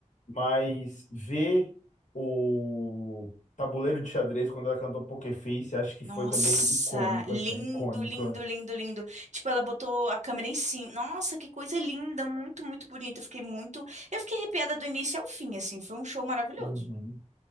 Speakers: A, on the left; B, on the right.
A: Mas ver o tabuleiro de xadrez, quando ela cantou Poker Face, acho que
B: Nossa,
A: foi também icônico,
B: lindo,
A: assim, icônico.
B: lindo, lindo, lindo. Tipo, ela botou a câmera em cima. Nossa, que coisa linda, muito, muito bonito. Eu fiquei muito, eu fiquei arrepiada do início ao fim, assim. Foi um show maravilhoso.
A: Uhum.